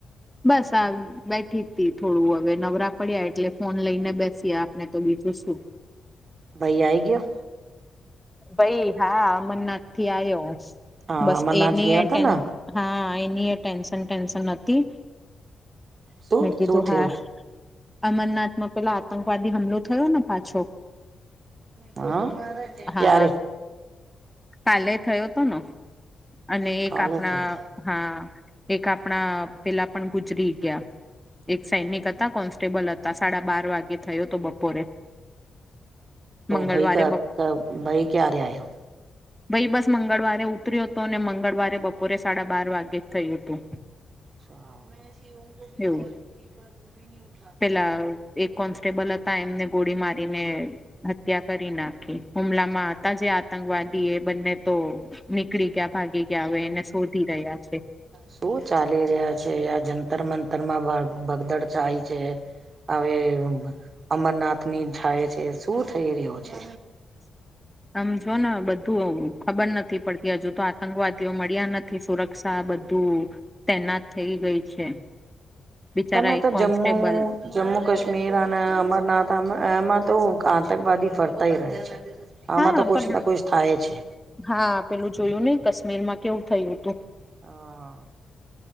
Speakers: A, in the centre; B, on the right.
A: બસ આ બેઠી જ હતી થોડું હવે નવરા પડ્યા એટલે ફોન લઈને બેસયા આપણે તો બીજું શું.
B: ભાઈ આય ગયો?
A: ભાઈ હા અમન નથી આયો
B: હા
A: બસ
B: અમરનાથ
A: એનીય
B: ગયા હતા
A: ટેન.
B: ને
A: હા એનીય ટેન્શન ટેન્શન હતી.
B: શું
A: મેં કીધું
B: શું થયું
A: હા અમરનાથમાં પેલા આતંકવાદી હુમલો થયો ને પાછો.
B: હા.
A: હા
B: ક્યારે
A: કાલે થયો હતો નો અને એક
B: કાલે
A: આપણા
B: થયું.
A: હા એક આપણા પેલા પણ ગુજરી ગયા. એક સૈનિક હતા કોન્સ્ટેબલ હતા સાડા બાર વાગ્યે થયો હતો બપોરે મંગળવારે
B: ભાઈ ક
A: બપ.
B: તો ભાઈ ક્યારે આયો?
A: <unintelligible> ભાઈ બસ મંગળવારે ઉતર્યો હતો અને મંગળવારે બપોરે સાડા બાર વાગે જ થયું હતું.
B: હ મે સમ ભી
A: એવું
B: ગલ પરી.
A: પેલા એક કોન્સ્ટેબલ હતા એમને ગોળી મારીને હત્યા કરી નાખી. હુમલામાં હતા જે આતંકવાદી એ બંને તો નીકળી ગયા ભાગી ગયા. હવે એને શોધી રહ્યા છે.
B: શું ચાલી રહ્યા છે આ જંતરમંતરમાં ભગદડ ચાય છે. હવે અમરનાથની થાય છે શું થઈ રહ્યો છે.
A: સમજોને બધું આવુ ખબર નથી પડતી હજુ તો આતંકવાદીઓ મળ્યા નથી. કે સુરક્ષા બધું તૈનાત થઈ ગઈ છે. બિચારા
B: તમે
A: એક
B: તો
A: કોન્સ્ટેબલ
B: જમ્મુ જમ્મુ કાશ્મીર અને અમરનાથ એમાં તો આતંકવાદી ફરતાય રહે છે. આમાં
A: હા
B: તો કોછ
A: પણ
B: ના કોઈ થાય છે.
A: હા પેલું જોયું ને કાશ્મીર માં કેવું થયું હતું.
B: હા.